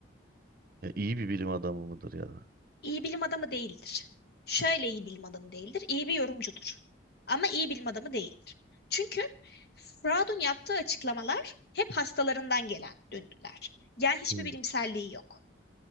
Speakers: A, on the right (about 50°); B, on the left (about 55°).
A: Ya iyi bir bilim adamı mıdır ya da?
B: İyi bilim adamı değildir. Şöyle iyi bilim adamı değildir. İyi bir yorumcudur. Ama iyi bilim adamı değildir. Çünkü Freud'un yaptığı açıklamalar hep hastalarından gelen döngüler. Yani hiçbir
A: Hmm.
B: bilimselliği yok.